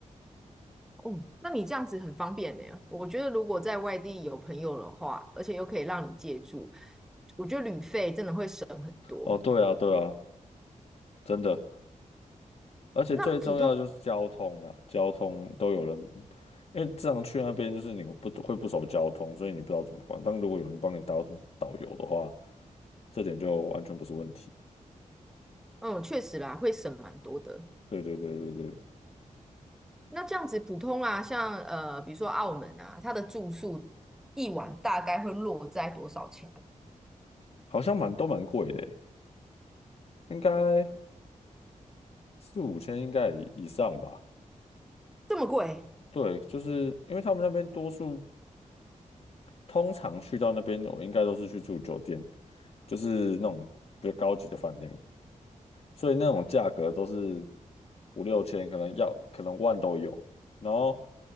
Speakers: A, in the centre; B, on the left (about 50°).
A: 哦，那你这样子很方便呢。我觉得如果在外地有朋友的话，而且又可以让你借住，我觉得旅费真的会省很多。
B: 哦，对啊，对啊，真的，而且最重要的就是交通啊，
A: 那普通，
B: 交通都有人，因为这样去那边就是你不会不熟交通，所以你不知道怎么逛。但如果有人帮你导导游的话，这点就完全不是问题。
A: 嗯，确实啦，会省蛮多的。
B: 对对对对对。
A: 那这样子普通啊，像呃，比如说澳门啊，它的住宿一晚大概会落在多少钱？
B: 好像蛮都蛮贵的欸应该四五千应该以以上吧。
A: 这么贵？
B: 对，就是因为他们那边多数通常去到那边，我应该都是去住酒店，就是那种比较高级的饭店，所以那种价格都是五六千，可能要可能万都有。然后